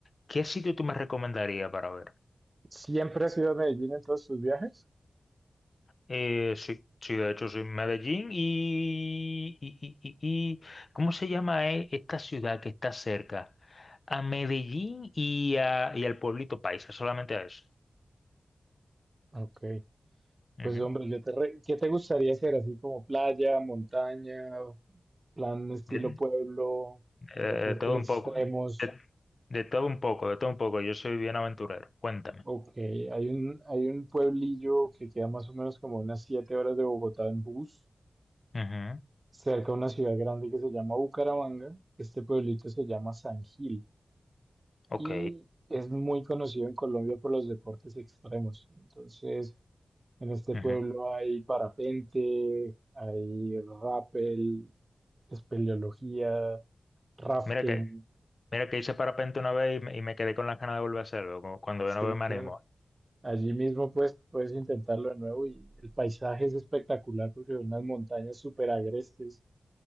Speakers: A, on the left (about 50°); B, on the right (about 35°).
A: ¿Qué sitio tú me recomendarías para ver?
B: ¿Siempre has ido a Medellín en todos tus viajes?
A: Eh, sí, sí, de hecho, sí, Medellín y, y, y, y- y- ¿cómo se llama, eh, esta ciudad que está cerca? A Medellín y, a, y al pueblito Paisa, solamente a eso.
B: Ok.
A: Ujú.
B: Pues hombre, yo te re- ¿qué te gustaría hacer? Así como playa, montaña, plan estilo
A: De,
B: pueblo,
A: eh,
B: deportes
A: de todo un poco,
B: extremos.
A: de, de todo un poco, de todo un poco. Yo soy bien aventurero. Cuéntame.
B: Ok, hay un, hay un pueblillo que queda más o menos como unas siete horas de Bogotá en bus,
A: Ujú.
B: cerca de una ciudad grande que se llama Bucaramanga. Este pueblito se llama San Gil
A: Ok.
B: y es muy conocido en Colombia por los deportes extremos. Entonces, en este
A: Ujú.
B: pueblo hay parapente, hay rappel, espeleología, rafting.
A: Mira que, mira que hice parapente una vez y me, y me quedé con las ganas de volver a hacerlo, como cuando
B: Sí,
A: yo no veo me
B: claro.
A: animo.
B: Allí mismo pues puedes intentarlo de nuevo y el paisaje es espectacular porque son unas montañas súper agrestes.